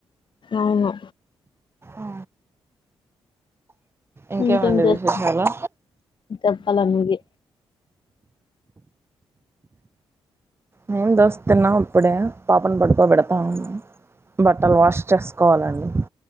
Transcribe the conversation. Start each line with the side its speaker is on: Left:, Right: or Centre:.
Left: అవును
Right: ఆ ఇంకేమండి
Left: ఇంకేం చేస్
Right: విశేషాలు
Left: చెప్పాల నువ్వే
Right: మేం దోస తిన్నాం ఇప్పుడే పాపను పట్టుకోబెడతా ఉన్న బట్టలు వాష్ చేసుకోవాలండి